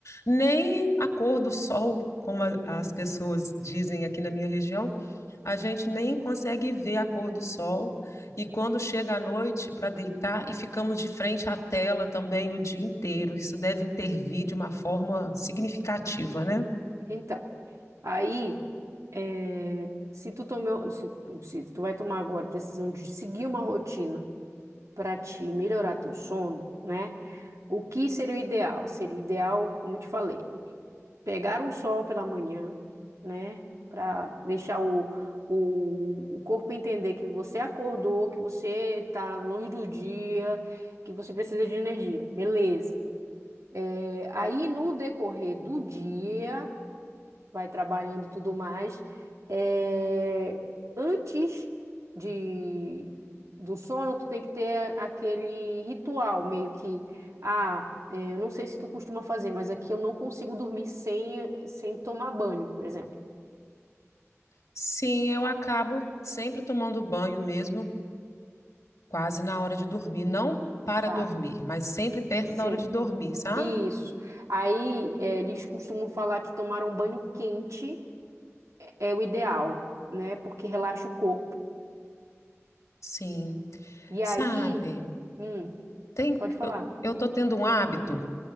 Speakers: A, on the left; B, on the right.
A: Nem a cor do sol, como a- as pessoas dizem aqui na minha região, a gente nem consegue ver a cor do sol. E quando chega a noite para deitar, e ficamos de frente à tela também o dia inteiro, isso deve intervir de uma forma significativa, né?
B: Então, aí, eh, se tu tomou, se, se tu vai tomar agora a decisão de seguir uma rotina para te melhorar teu sono, né? O que seria o ideal? Seria ideal, como eu te falei. pegar um sol pela manhã, né? Para deixar o, o, o corpo entender que você acordou, que você está na luz do dia, que você precisa de energia. Beleza. É, aí, no decorrer do dia vai trabalhando e tudo mais. É, antes de, do sono, tu tem que ter aquele ritual, meio que, ah, é, eu não sei se tu costuma fazer, mas aqui eu não consigo dormir sem, sem tomar banho, por exemplo.
A: Sim, eu acabo sempre tomando banho mesmo, quase na hora de dormir. Não para
B: Tá,
A: dormir, mas sempre perto
B: sei.
A: da hora de dormir, sabe?
B: Isso. Aí, é, eles costumam falar que tomar um banho quente é o ideal, né? Porque relaxa o corpo.
A: Sim.
B: E aí,
A: Sabe?
B: hum,
A: Tem,
B: pode falar.
A: eu, eu tô tendo um hábito,